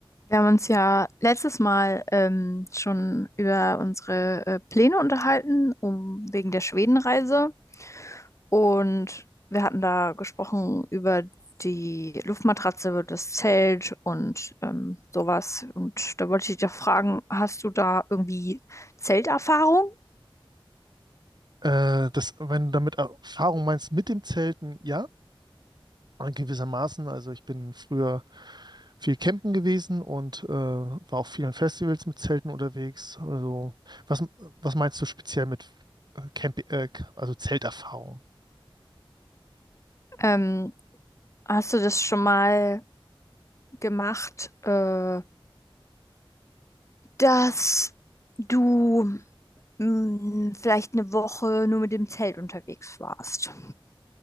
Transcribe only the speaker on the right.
Äh, das, wenn du damit Erfahrung meinst mit dem Zelten, ja, äh, gewissermaßen. Also ich bin früher viel campen gewesen und äh, war auf vielen Festivals mit Zelten unterwegs. Also was, was meinst du speziell mit äh, Camp, äh, also Zelterfahrung?